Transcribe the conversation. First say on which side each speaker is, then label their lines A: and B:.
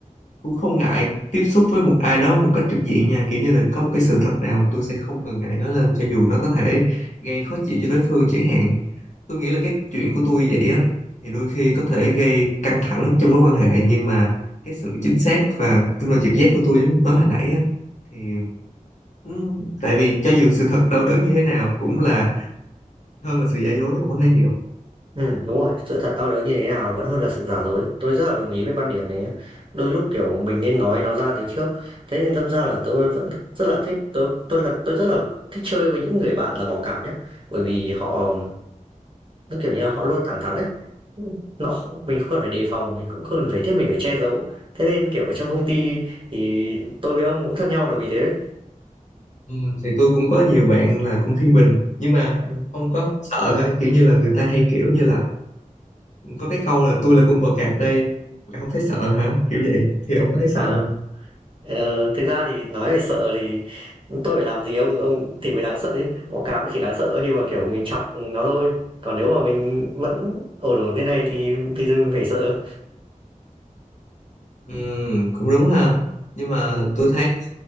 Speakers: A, on the left; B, on the right.
A: cũng không ngại tiếp xúc với một ai đó một cách trực diện nha kiểu như là có một cái sự thật nào tôi sẽ không cần ngại nói lên cho dù nó có thể gây khó chịu cho đối phương chẳng hạn tôi nghĩ là cái chuyện của tôi vậy á thì đôi khi có thể gây căng thẳng trong mối quan hệ nhưng mà cái sự chính xác và kinh nghiệm trực giác của tôi giống như nói hồi nãy á thì ừ, tại vì cho dù sự thật đau đớn như thế nào cũng là hơn là sự giả dối ông có thấy gì không
B: ừ, đúng rồi sự thật đau đớn như thế nào vẫn hơn là sự giả dối tôi rất là đồng ý với quan điểm này nhá. đôi lúc kiểu mình nên nói nó ra từ trước thế nên đâm ra là tôi vẫn rất là thích tôi tôi là tôi rất là thích chơi với những người bạn là bỏ cạp nhá bởi vì họ tức kiểu như là họ luôn thẳng thắn đấy nó mình không cần phải đề phòng mình cũng không cần phải thiết mình phải che giấu thế nên kiểu ở trong công ty thì tôi với ông cũng thân nhau là vì thế đấy
A: ừ, thì tôi cũng có nhiều bạn là cũng thiên bình nhưng mà
B: Ừ.
A: ông có sợ hả kiểu như là người ta hay kiểu như là có cái câu là tôi là cung bò cạp đây bạn không thấy sợ hả kiểu vậy thì ông có thấy
B: à
A: sợ không
B: ờ, thực ra thì nói về sợ thì tôi phải làm gì ông ông thì mới đáng sợ chứ bọ cạp nó chỉ đáng sợ khi mà kiểu mình chọc nó thôi còn nếu mà mình vẫn ổn ổn thế này thì vì sao mình phải sợ
A: ừ, cũng đúng ha nhưng mà
B: ừ.
A: tôi thấy